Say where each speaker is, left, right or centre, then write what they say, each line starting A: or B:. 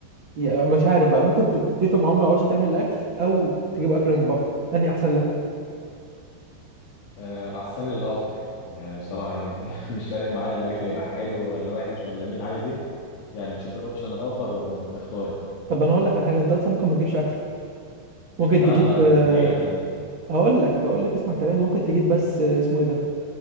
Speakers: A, on the right; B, on the left.
A: يعني مش عارف بقى ممكن تتفق مع ام العروسه تعمل الاكل او تجيب اكل من بره انهي احسن لك
B: آه، انا احسن لي الاوفر يعني بصراحه يعني <laughs> مش فارق معايا الاكل يبقى حلو ولا وحش ولا مين عايز ايه يعني نشوف الاوبشن الاوفر ونختاره
A: طب انا هقول لك على حاجه انت اصلا ممكن ما تجيبش اكل ممكن
B: لا
A: تجيب
B: لا لا
A: <laughs>
B: دي عيبه دي
A: هقول لك هقول لك اسمع كلامي ممكن تجيب بس اسمه ايه ده